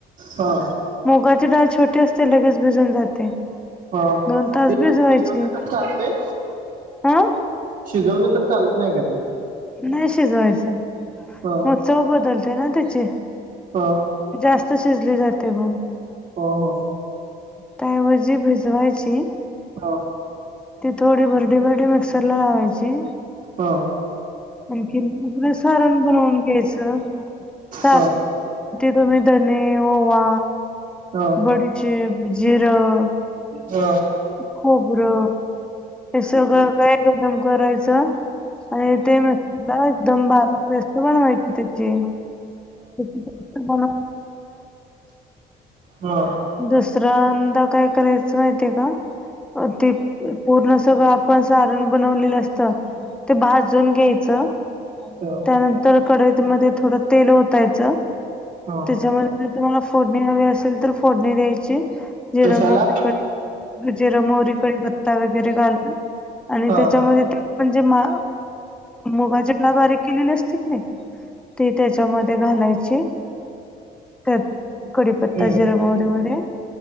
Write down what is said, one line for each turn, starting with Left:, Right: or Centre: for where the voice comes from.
Right: हा
Centre: मुगाची डाळ छोटी असते लगेच भिजून जाते.
Right: हा
Centre: दोन तास
Right: ते
Centre: भीजवायचे
Right: चालते
Centre: हं.
Right: शिजवलं तर चालत नाही का ते?
Centre: नाही शिजवायचं
Right: ह
Centre: मग चव बदलते ना त्याचे.
Right: हो.
Centre: जास्त शिजली जाते बघ.
Right: हो हो.
Centre: त्याऐवजी भिजवायची.
Right: हा.
Centre: ती थोडी भरडी भरडी मिक्सर ला लावायची.
Right: हा.
Centre: आणखी आप सारण बनवून घ्यायचं सार
Right: ह ह
Centre: त तुम्ही द धने, ओवा,
Right: ह ह
Centre: बडीशेप, जिरं.
Right: अ
Centre: खोबरं. हे सगळं काही गरम करायचं. आणि ते मिक्सरला, एकदम बारीक पेस्ट बनवायची त्याची. <unintelligible>
Right: हा.
Centre: दुसऱ्यांदा काय करायचं, माहितीय का? ती पूर्ण सगळं आपण सारण बनवलेलं असतं. ते भाजून घ्यायचं.
Right: ह ह
Centre: त्यानंतर, कढईतमधे थोडं तेल ओतायचं.
Right: ह
Centre: त्याच्याम तुम्हाला फोडणी हवी असेल, तर फोडणी द्यायची. जिरं,
Right: कशाला
Centre: मोहरी, कडीपत्ता जिरं -मोहरी, कडीपत्ता वगैरे घालून. आणि
Right: ह ह
Centre: त्याच्यामध्ये म्हणजे मा, मुगाचे <unintelligible> बारिक केलेले असते की नाही ती त्याच्यामध्ये घालायची. त्यात कडीपत्ता,
Right: ह ह
Centre: जिरे, मोहरी मध्ये.